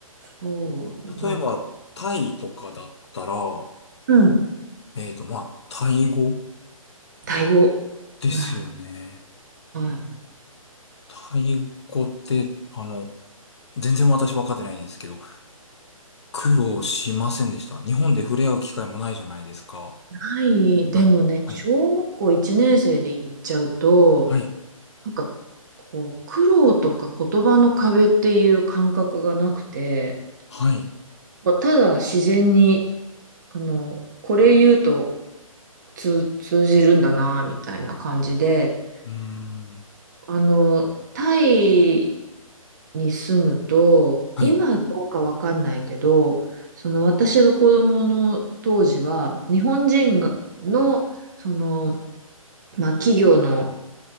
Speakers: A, on the right (about 30°); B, on the left (about 50°).
A: そう。
B: 例えば、
A: なんか、
B: タイとかだったら、
A: うん。
B: えっと、まあ、タイ語
A: タイ語。
B: ですよね。
A: うん。はい。
B: タイ語って、あの、全然私分かってないですけど、苦労しませんでした。日本で触れ合う機会もないじゃないですか。
A: ない。でもね、
B: あのはい。
A: 小学校1年生で行っちゃうと、
B: はい。
A: なんか、こう、苦労とか言葉の壁っていう感覚がなくて、
B: はい。
A: まあただ自然に、あの、これ言うと通、通じるんだな、みたいな感じで、
B: うーん。
A: あの、タイに住むと、
B: はい。
A: 今どうかわかんないけど、その私が子供の当時は、日本人がの、その、まあ、企業の